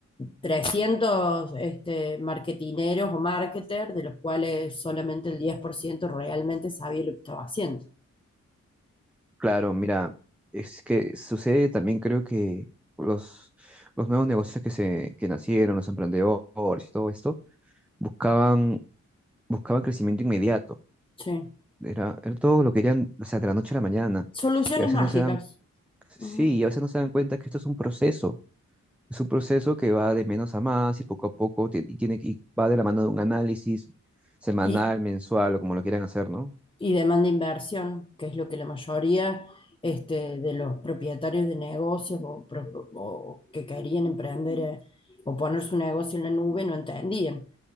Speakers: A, on the left; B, in the centre.
A: 300 este, marketineros o marketers, de los cuales solamente el 10% realmente sabía lo que estaba haciendo.
B: Claro, mira, es que sucede también, creo que los, los nuevos negocios que, se, que nacieron, los emprendedores y todo esto, buscaban, buscaban crecimiento inmediato.
A: Sí.
B: Era, era todo lo querían, o sea, de la noche a la mañana.
A: Soluciones
B: Y a veces
A: mágicas.
B: no se dan, sí,
A: Ujú.
B: y a veces no se dan cuenta que esto es un proceso. Es un proceso que va de menos a más y poco a poco tie- y tiene que- y va de la mano de un análisis semanal,
A: Y
B: mensual o como lo quieran hacer, ¿no?
A: y demanda inversión, que es lo que la mayoría este, de los propietarios de negocios o, pro- o que querían emprender eh, o poner su negocio en la nube no entendían,